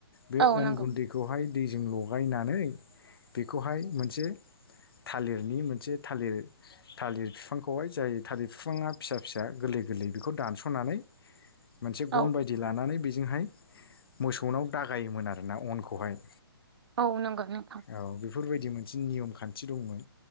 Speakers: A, on the left; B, on the right.
A: बे
B: औ नांगौ
A: अन गुन्दैखौहाय दैजों लगायनानै बेखौहाय मोनसे थालिरनि मोनसे थालिर थालिर बिफांखौहाय जाय थालिर बिफाङा फिसा फिसा गोरलै गोरलै बेखौ दानसनानै मोनसे गन
B: औ
A: बायदि लानानै बेजोंहाय मोसौनाव दागायोमोन आरोना अनखौहाय
B: औ नंगौ नोंथां
A: औ बेफोरबायदि मोनसे नियम खान्थि दंमोन